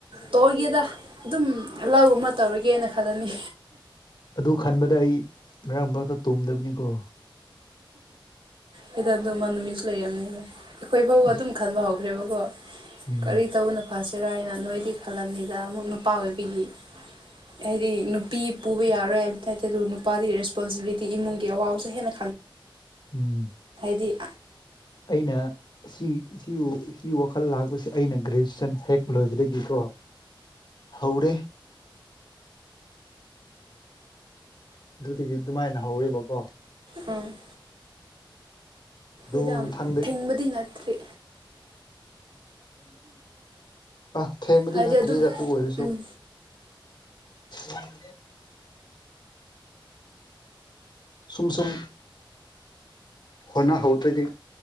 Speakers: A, on the right; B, on the left.
A: ꯇꯧꯒꯦꯗ ꯑꯗꯨꯝ ꯂꯧꯒꯨꯝꯕ ꯇꯧꯔꯒꯦꯅ ꯈꯜꯂꯅꯤ
B: ꯑꯗꯨ ꯈꯟꯕꯗ ꯑꯩ ꯉꯔꯥꯡ ꯃꯔꯛꯇ ꯇꯨꯝꯗꯕꯅꯤꯀꯣ
A: ꯑꯩꯗ ꯑꯗꯨ ꯃꯅ ꯃꯤꯁ ꯂꯩ ꯌꯥꯅꯤ ꯑꯩꯈꯣꯏ ꯐꯥꯎꯕ
B: ꯑꯁ
A: ꯑꯗꯨꯝ ꯈꯟꯕ ꯍꯧꯈ꯭ꯔꯦꯕꯀꯣ
B: ꯎꯝ
A: ꯀꯔꯤ ꯇꯧꯕꯅ ꯐꯥꯁ ꯆꯦꯔꯥꯏꯅ ꯅꯣꯏꯗꯤ ꯈꯜꯂꯝꯅꯤꯗ ꯑꯃꯨꯛ ꯅꯨꯄꯥ ꯑꯣꯏꯕꯤꯒꯤ ꯍꯥꯏꯗꯤ ꯅꯨꯄꯤ ꯄꯨꯕ ꯌꯥꯔꯣꯏ ꯍꯥꯏꯕꯗꯤ ꯅꯠꯇꯦ ꯑꯗꯨ ꯅꯨꯄꯥꯒꯤ ꯔꯦꯁꯄꯣꯟꯁꯤꯕꯤꯂꯤꯇꯤ ꯏꯃꯨꯡꯒꯤ ꯑꯋꯥꯕꯁꯦ ꯍꯦꯟꯅ
B: ꯎꯝ
A: ꯑꯗꯨꯗꯤ
B: ꯑꯩꯅ ꯁꯤ ꯋꯥꯈ ꯈꯜ ꯂꯥꯛꯄꯁꯦ ꯑꯩꯅ ꯒ꯭ꯔꯦꯖꯨꯦꯁꯟ ꯍꯦꯛ ꯂꯣꯏꯕꯗꯒꯤꯀꯣ ꯍꯧꯔꯦ ꯑꯗꯨꯗꯒꯤ ꯑꯗꯨꯃꯥꯏꯅ ꯍꯧꯋꯦꯕꯀꯣ
A: ꯎꯝ
B: ꯑꯗꯨ
A: ꯏꯗꯥ
B: ꯃꯊꯪꯗ
A: ꯊꯦꯡꯕꯗꯤ ꯅꯠꯇ꯭ꯔꯦ
B: ꯑꯥ ꯊꯦꯡꯕꯗꯤ
A: ꯍꯥꯏꯗꯤ
B: ꯅꯠꯇ꯭ꯔꯤꯗ
A: ꯑꯗꯨꯝ
B: ꯑꯗꯨ ꯑꯣꯏꯔꯁꯨ
A: ꯎꯝ
B: ꯅꯪ ꯁꯨꯝ ꯁꯨꯝ ꯍꯣꯠꯅꯍꯧꯗ꯭ꯔꯗꯤ